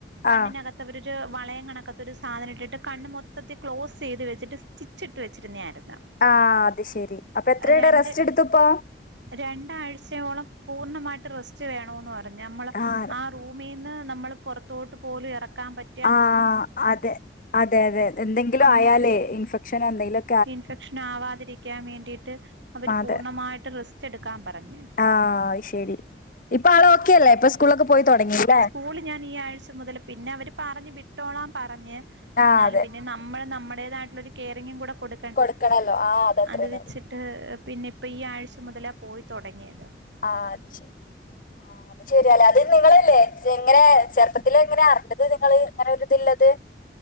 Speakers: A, on the right; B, on the left.
A: കണ്ണിനകത്ത്
B: ആഹ്
A: മവ അവരൊരു വളയം കണക്കത്തൊരു സാധനം ഇട്ടിട്ട് കണ് മൊത്തത്തിൽ ക്ലോസ് ചെയ്ത് വെച്ചിട്ട് സ്റ്റിച്ചിട്ട് വെച്ചിരുന്നതായിരുന്നു.
B: ആ അത് ശെരി അപ്പൊ എത്ര ഇയുടെ
A: രണ്ട്
B: റെസ്റ്റ് എടുത്തപ്പോ
A: രണ്ടാഴ്ചയോളം പൂർണ്ണമായിട്ട് റെസ്റ്റ് വേണന്ന് പറഞ്ഞഞ് നമ്മൾ
B: ആഹ്
A: ആ റൂമിൽ നിന്ന് നമ്മൾ പുറത്തോട്ട് പോലും ഇറക്കാൻ പറ്റ
B: ആ അതെ അതെ അതെ എന്തെങ്കിലും
A: നമ്മൾ
B: ആയാലേ ഇൻഫെക്ഷന എന്തെങ്കിലും
A: ഇൻഫെക്ഷൻ ആവാതിരിക്കാൻ വേണ്ടിയിട്ട് അവര്
B: അതെ
A: പൂർണ്ണമായിട്ട് റെസ്റ്റ് എടുക്കാൻ പറഞ്ഞു.
B: ആഹ് അഹ്ശരി. ഇപ്പൊ ആള് ഓക്കെ അല്ലേ. ഇപ്പ സ്കൂളൊക്ക പോയി തൊടങ്ങി ല്ലേ.
A: സ്കൂളി ഞാൻ ഈ ആഴ്ച മുതൽ പിന്നെ അവര് പറഞ്ഞ് വിട്ടോളാം പറഞ്ഞ്
B: ആഹ്
A: എന്നാലും
B: അതെ
A: പിന്നെ നമ്മൾ നമ്മുടേതായിട്ടുള്ളൊരു കെയറിങ്ങും കൂടെ കൊടു
B: കൊടുക്കണല്ലോ ആഹ് അതത്രേന്നെ
A: അത് വെച്ചിട്ട്
B: ഉള്ളൂ
A: പിന്നെ ഇപ്പ ഈ ആഴ്ച മുതലാ പോയി തൊടങ്ങിയത്.
B: ആഹ് അത് ശരി. ശരിയാലേ. അത് നിങ്ങളല്ലേ എങ്ങനെ ചെറുപ്പത്തില് എങ്ങനെ അറിഞ്ഞത് നിങ്ങള് ഇങ്ങനെ ഒരിതിള്ളത്?